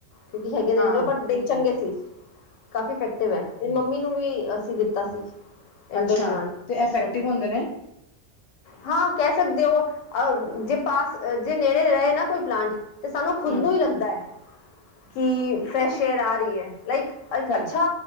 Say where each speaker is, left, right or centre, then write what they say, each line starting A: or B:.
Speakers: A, on the left; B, on the left.
A: ਕਿਉਂਕਿ ਹੈਗੇ ਵਿੰਡੋ
B: ਹਾਂ-ਹਾਂ
A: ਸੀ ਪਰ ਬੀਜ ਚੰਗੇ ਸੀ ਕਾਫੀ ਇਫੈਕਟਿਵ ਹੈ ਤੇ ਮੰਮੀ ਨੂੰ ਵੀ ਅਸੀਂ ਦਿੱਤਾ ਸੀ ਇਨਡੋਰ
B: ਅੱਛਾ
A: ਪਲਾਂਟ
B: ਤੇ
A: ਘਰ
B: ਇਫੈਕਟਿਵ
A: ਚ ਰੱਖਣ
B: ਹੁੰਦੇ
A: ਵਾਸਤੇ
B: ਨੇ
A: ਹਾਂ ਕਹਿ ਸਕਦੇ ਹੋ ਅਹ ਜੇ ਪਾਸ ਜੇ ਨੇੜੇ ਰਹੇ ਨਾ ਕੋਈ ਪਲਾਂਟ ਤੇ ਸਾਨੂੰ ਖੁਦ
B: ਹੂੰ
A: ਨੂੰ ਹੀ ਲੱਗਦਾ ਹੈ ਕਿ ਫਰੈਸ਼ ਏਅਰ ਆ ਰਹੀ ਹੈ ਲਾਈਕ
B: ਸਹੀ-ਸਹੀ,
A: ਅੱਛਾ!